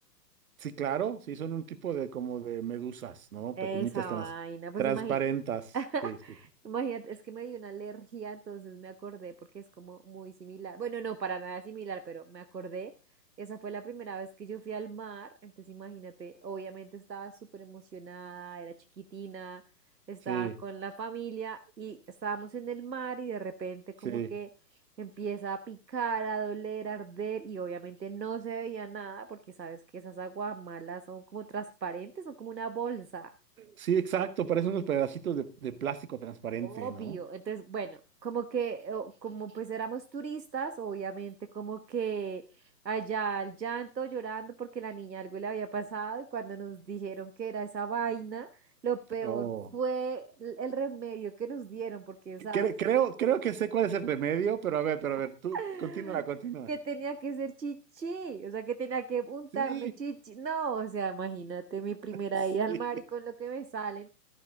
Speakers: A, on the right; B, on the right.
A: Sí, claro, sí, son un tipo de como de medusas, ¿no?
B: Esa
A: Pequeñitas trans,
B: vaina, pues
A: transparentas.
B: imagínate. <laughs>
A: Sí, sí,
B: Imagínate, es que me dio una alergia, entonces me acordé porque es como muy similar. Bueno, no, para nada similar, pero me acordé. Esa fue la primera vez que yo fui al mar, entonces imagínate, obviamente estaba súper emocionada, era chiquitina, estaba
A: sí,
B: con la familia y estábamos en el mar y de repente como
A: sí,
B: que empieza a picar, a doler, a arder y obviamente no se veía nada porque sabes que esas aguamalas son como transparentes, son como una bolsa.
A: sí, exacto, parecen unos pedacitos de, de plástico transparente,
B: Obvio.
A: ¿no?
B: Entonces, bueno, como que, o- como pues éramos turistas, obviamente como que allá al llanto, llorando porque la niña algo le había pasado y cuando nos dijeron que era esa vaina, lo peor
A: Oh,
B: fue el el remedio que nos dieron, porque, ¿sabes?
A: cre- creo, creo que sé cuál es el remedio, pero a ver, pero a ver,
B: <laughs>
A: tú continúa, continúa.
B: Que tenía que ser chichi, o sea, que tenía que untarme
A: Sí,
B: chichi. No, o sea, imagínate mi primera
A: <laughs> sí.
B: ida al mar y con lo que me salen.